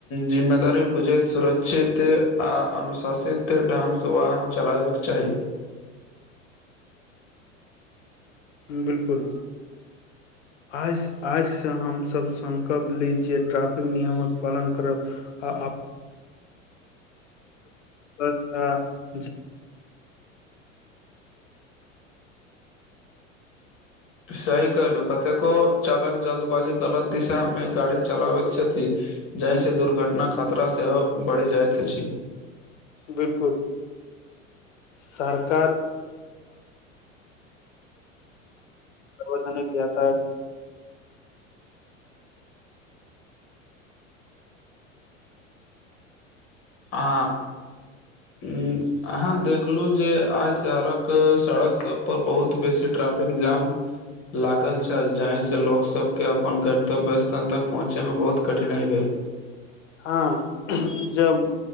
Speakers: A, on the left (about 35°); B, on the left (about 65°).
A: जिम्मेदारी बुझैत सुरक्षित आ अनुशासित ढंगसँ वाहन चलाबैक चाही।
B: बिलकुल आइ आइसँ हमसभ सकल्प ली जे ट्रैफिक नियमक पालन करब आ <inaudible> ब <inaudible>
A: सही कहलहु कतेको चालक जल्दबाजी गलत दिशा मे गाड़ी चलाबैत छथि जाहिसँ दुर्घटनाक खतरा सेहो बढ़ि जाइत अछि
B: बिलकुल सरकार पता <unintelligible> ना कता ह
A: आ
B: <unintelligible>
A: उं अहाँ देखलु जे आइ सड़क सड़क सब पर बहुत बेसी ट्रै फिक जाम लागल छल जाहिसँ लोकसके अपन गन्तव्य स्थान तक पहुँचैमे बहुत कठिनाइ भेल।
B: हां जब